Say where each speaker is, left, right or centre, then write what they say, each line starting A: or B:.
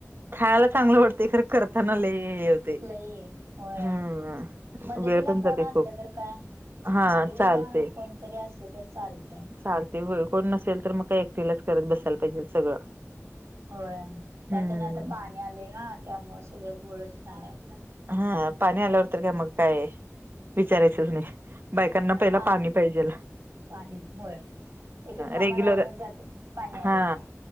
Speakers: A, on the right; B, on the right.
A: खायला चांगलं बेहडतंय खर करतानाले होते
B: लई होय
A: हम्
B: मदतीला
A: वेळ पण
B: कोण
A: जाते
B: असलं
A: खूप
B: तर काय
A: हा
B: मदतीला
A: चालते
B: कोणतरी असलं तर चालतंय
A: चालते होय कोण नसेल तर मग का एकटीलाच करत बसायला पाहिजे सगळं.
B: होय. त्यात
A: हम्म
B: आणि आता पाणी आलेय ना त्यामुळे सगळं घोळ झालं.
A: हा पाणी आल्यावरत का मग काय विचारायचंच नाही बायकांना पहिला
B: पा
A: पाणी पाहिजे.
B: पाणी होय एके काम
A: रेग्युलर
B: राहूनच जातात पाणी आलं
A: हा
B: की